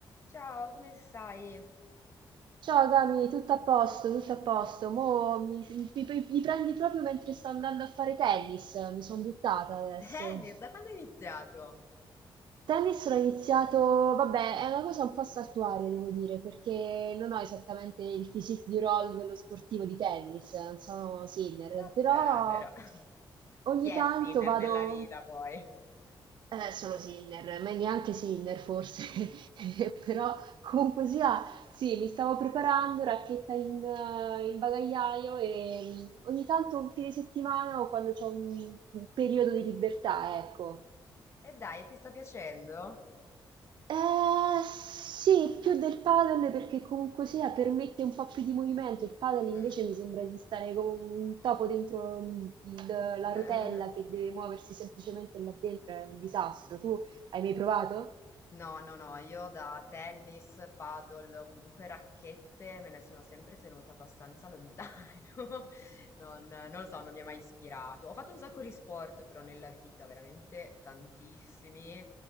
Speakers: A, on the left; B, on the right.
A: Ciao, come stai?
B: Ciao Gami, tutto a posto, tutto a posto. Mo mi, mi- mi prendi proprio mentre sto andando a fare tennis, mi sono buttata adesso.
A: Tennis, da quando hai iniziato?
B: Tennis l'ho iniziato, vabbè, è una cosa un po' saltuaria, devo dire, perché non ho esattamente il physique di roll dello sportivo di tennis, non sono Sinner,
A: Vabbè,
B: però
A: però, <laughs>
B: ogni
A: chi è
B: tanto
A: Sinner
B: vado.
A: nella vita poi?
B: Eh, solo Sinner, ma neanche Sinner forse, <laughs> però comunque sia, sì, mi stavo preparando, racchetta in, eh, in bagagliaio e mm, ogni tanto un fine settimana o quando c'ho un, un periodo di libertà, ecco.
A: E dai, ti sta piacendo?
B: Eh, sì, più del padel perché comunque sia permette un po' più di movimento, il padel
A: Mm,
B: invece mi sembra di stare come un topo dentro il- il- la
A: <laughs>
B: rotella che deve muoversi semplicemente là dentro, è un disastro. Tu hai mai provato?
A: No, no, no, io da tennis, paddle, comunque racchette me ne sono sempre tenuta abbastanza lontano. <laughs> Non, non lo so, non mi ha mai ispirato. Ho fatto un sacco di sport però nella vita, veramente tantissimi.